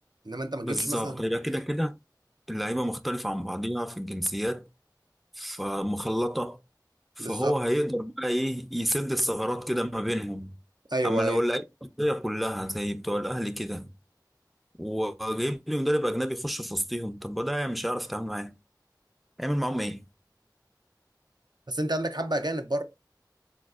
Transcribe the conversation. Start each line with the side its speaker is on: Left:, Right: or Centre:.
Right: انما انت ما تجيبش
Centre: بالظبط
Right: مثلا
Centre: يبقى كده كده اللعيبه مختلفه عن بعضيها في الجنسيات فمخلطه فهو
Right: بالظبط
Centre: هيقدر بقى ايه يسد الثغرات كده ما بينهم
Right: ايوه
Centre: اما لو
Right: ايوه
Centre: اللعيبه المصريه كلها زي بتوع الاهلي كده وجايب لي مدرب اجنبي يخش في وسطهم طب ما ده مش هيعرف يتعامل معاهم هيعمل معاهم ايه
Right: بس انت عندك حبه اجانب برضه